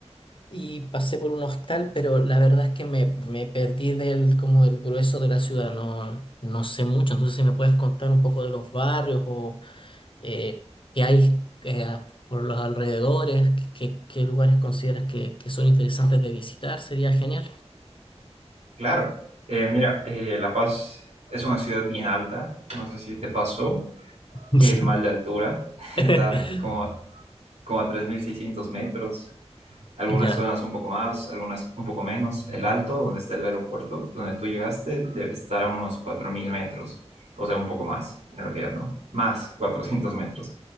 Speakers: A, on the left; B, on the right.
A: y pasé por un hostal, pero la verdad es que me, me perdí del, como del grueso de la ciudad, no, no sé mucho, entonces si me puedes contar un poco de los barrios o eh, que hay eh, por los alrededores, qué, qué lugares consideras que, que son interesantes de visitar, sería genial.
B: Claro, Eh, mira, eh, La Paz es una ciudad bien alta, no sé si te pasó
A: <laughs>
B: el
A: Sí.
B: mal de altura, <laughs> está
A: <laughs>
B: como, a- como a 3.600 metros, algunas
A: Ya,
B: zonas un poco más, algunas un poco menos, el alto, donde está el aeropuerto, donde tú llegaste, debe estar a unos 4.000 metros, o sea, un poco más, en realidad, ¿no? Más 400 metros,